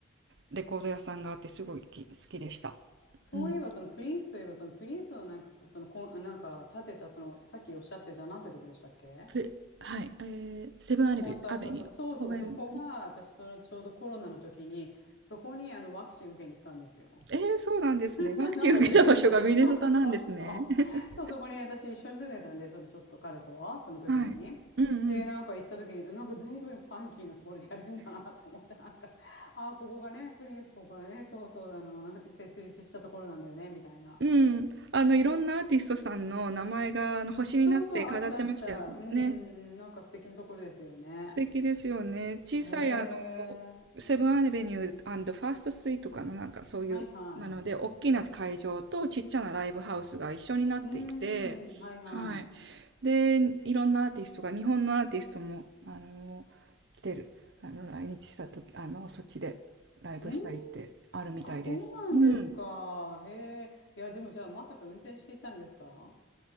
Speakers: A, on the right (about 60°); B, on the left (about 65°).
A: レコード屋さんがあってすごいき好きでした。
B: そういえば、
A: うん。
B: そのプリンスといえば、そのプリンスのなんかこう、そのコン、あなんか建てた、その、さっきおっしゃってた、なんてとこでしたっけ
A: ふはい、えー、セブンアレビュー、
B: コンサート場。
A: アベニュー。
B: そうそう、
A: ごめん。
B: そこが、私とちょうどコロナの時に、そこにあのワクチン受けに行ったんですよ。
A: えー、そうなんですね。
B: <laughs>
A: ワクチン受けた場所がミネソタなんですね。
B: なんか随分、<laughs> そうそうそう。
A: <laughs>
B: そう、そこに私一緒に住んでたんで、それちょっと彼と、その時に。
A: はい。うん
B: で、なんか行った時に、なんか随分ファンキーなところでやるんだなと思って、なんか、<laughs> ああ、ここがね、プリンス、ここがね、そうそう、あの、設立したところなんだよね、みたいな。
A: うん。うん、あのいろんなアーティストさんの名前があの星になって飾ってましたよね。
B: そうそう、あったあった。うんうんうん。なんか素敵なところですよね。
A: 素敵ですよね。小さいあの、
B: へえ。
A: セブンアベニューファーストストリートかな、なんかそういう、
B: はいはい。
A: なので、大きな会場とちっちゃなライブハウスが一緒になっていて、
B: うーん、はいはい。
A: はい。で、いろんなアーティストが、日本のアーティストも、あの、来てる、あの、来日した時、あの、そっちでライブしたりってあるみたいです。
B: うーん、あ、そうなんですか。
A: うん。
B: へえ。いや、でもじゃあ、まさか運転していたんですか